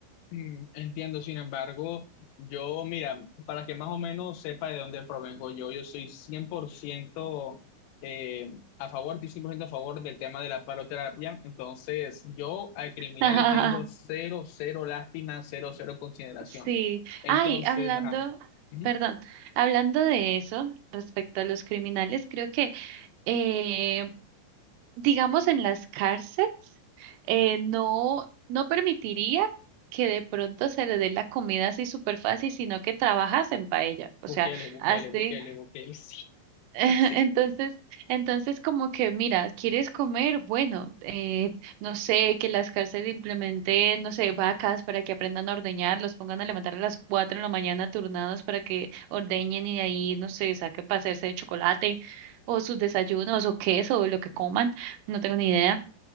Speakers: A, on the left; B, on the right.
A: Mm, Entiendo, sin embargo, yo, mira, para que más o menos sepa de dónde provengo yo, yo soy 100% eh, a favor, estoy 100% a favor del tema de la paroterapia, entonces yo al criminal
B: <laughs>
A: le tengo cero, cero lástima, cero, cero consideración.
B: Sí.
A: Entonces,
B: Ay, hablando,
A: ajá, ujú,
B: perdón, hablando de eso, respecto a los criminales, creo que, eh, digamos, en las cárceles, eh, no, no permitiría que de pronto se le dé la comida así súper fácil, sino que trabajas en paella. O
A: Bukele,
B: sea,
A: Bukele,
B: así.
A: Bukele, Bukele, <laughs> sí,
B: <laughs> Entonces,
A: así.
B: entonces como que, mira, ¿quieres comer? Bueno, eh, no sé, que las cárceles implementen, no sé, vacas para que aprendan a ordeñar, los pongan a levantar a las cuatro de la mañana turnados para que ordeñen y de ahí, no sé, saquen para hacerse de chocolate o sus desayunos o queso o lo que coman, no tengo ni idea.